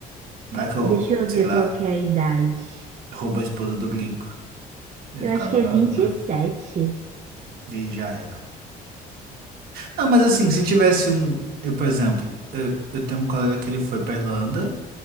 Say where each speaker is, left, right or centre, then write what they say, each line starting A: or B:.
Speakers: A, on the right; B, on the right.
A: Vai que eu,
B: Deixa eu ver
A: sei lá,
B: qual que é a idade.
A: roubo a esposa do gringo. Ele
B: Eu
A: ia ficar
B: acho que
A: bravo,
B: é vinte
A: né?
B: e sete.
A: E já era. Não, mas assim, se tivesse um. Eu, por exemplo, eu, eu tenho um colega que ele foi pra Irlanda